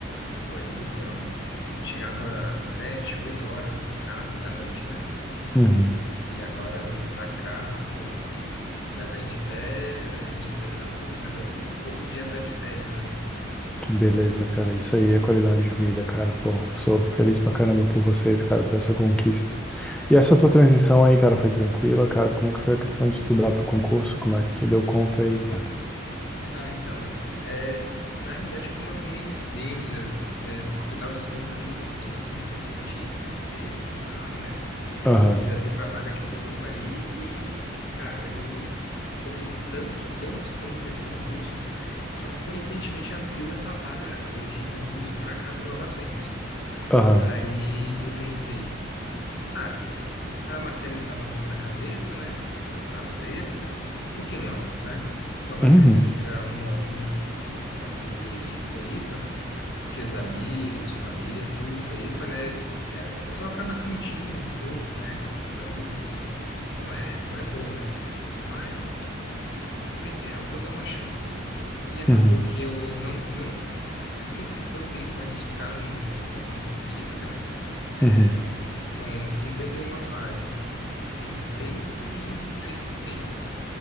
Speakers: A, on the left; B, in the centre.
A: em Floripa. Chegava sete, oito horas em casa da noite, né?
B: Uhum.
A: E agora vindo pra cá, pô, leva a gente até, a gente até se assusta, né? Parece que todo dia tá de férias, né?
B: Que beleza, cara. Isso aí é qualidade de vida, cara. Pô, sou feliz pra caramba por vocês, cara, por essa conquista. E essa tua transição aí, cara, foi tranquila, cara? Como é que foi a questão de estudar pro concurso? Como é que tu deu conta aí, cara?
A: Ah, então, é, na realidade foi uma coincidência, é, porque eu estava estudando para aquele concurso da Polícia Científica que teve, do Estado, né? Eu
B: Aham,
A: me candidatei para a vaga de Floripa ali e, cara, eu foquei tanto, tanto, tanto nesse concurso, só que coincidentemente abriu essa vaga, esse concurso para cá, para Nova Trento.
B: aham.
A: Daí eu pensei, ah, a matéria está na na cabeça, né? Tá fresca. Por que não, né? Nova
B: Uhum,
A: Trento fica uma horinha, uma horinha e meia aí de Floripa, porque os amigos, família, tudo em Floripa, né? Se- A pessoa acaba sentindo um pouco, né? A distância. Não é, não é bom, né? Mas eu pensei, ah, eu vou dar uma chance. E acabou
B: uhum,
A: que eu não, não, não fui tão bem qualificado no- da polícia científica, né? É,
B: uhum,
A: são 51 vagas. Fiquei em 100 e cento e seis